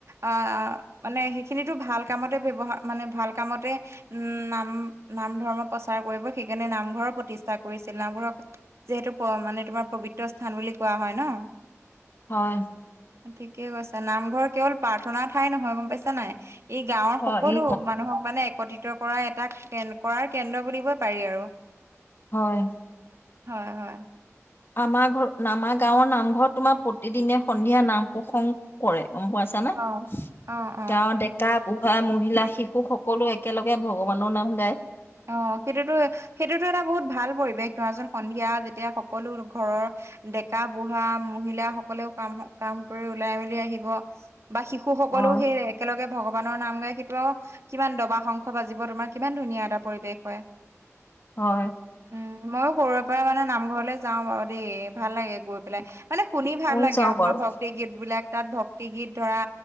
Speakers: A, on the right; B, on the left.
A: আহ মানে সেইখিনো ভাল কামতে ব্যৱহাৰ মানে ভাল কামতে। উম নাম নাম ধৰ্ম প্ৰচাৰ কৰিব সেইকাৰণে নামঘৰৰ প্ৰতিষ্ঠা কৰিছিল নামঘৰৰ। যিহেতু মানে তোমাৰ পবিত্ৰ স্থান বুলি কোৱা হয় ন,
B: হয়।
A: ঠিকে কৈছা নামঘৰ কেৱল প্ৰাৰ্থনা ঠাই নহয় গম পাইছা নাই? ই গাঁৱৰ
B: হয়,
A: সকলো
B: ই
A: মানুহক মানে একত্ৰিত কৰা এটা কে কৰাৰ কেন্দ্ৰ বুলিবই পাৰি আৰু।
B: হয়।
A: হয় হয়।
B: আমাৰ ঘৰ আমাৰ গাঁৱৰ নামঘৰত তোমাৰ প্ৰতিদিনে সন্ধিয়া নাম প্ৰসংগ। কৰে গম পাইছা নে?
A: অ
B: তেওঁ,
A: অ অ
B: গা বুঢ়া মহিলা শিশু সকলো একেলগে ভগৱানৰ নাম গায়।
A: অঁ, সেইটোতো সেইটোতো এটা বহুত ভাল পৰিৱেশ ধৰা চুন সন্ধিয়া যেতিয়া সকলো ঘৰৰ। ডেকা বুঢ়া মহিলাসকলেও কাম কাম কৰি ওলাই মেলি আহিব বা শিশু। শশুসকললেও
B: হয়
A: সেই একেলগে ভগৱানৰ নাম গাই সেইটো আৰু কিমান দবা শংখ বাজিব তোমাৰ কিমান ধুনীয়া এটা। পৰিৱেশ হয়।
B: হয়।
A: উম, মইও সৰুৰে পৰা মানে নামঘৰলে যাওঁ বাৰু দেই, ভাল লাগে গৈ পেলাই। মানে শুনি ভাল
B: ময়ো
A: লাগে
B: যাওঁ
A: আৰু
B: বাৰু
A: তোমাৰ ভক্তি গীত বিলাক, তাত ভক্তি গীত ধৰা।